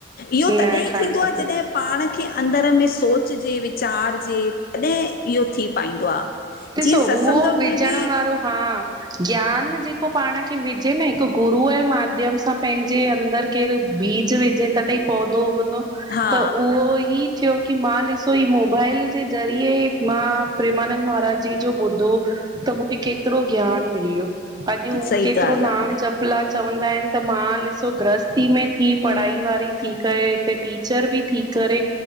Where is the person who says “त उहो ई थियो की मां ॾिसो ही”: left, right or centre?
Right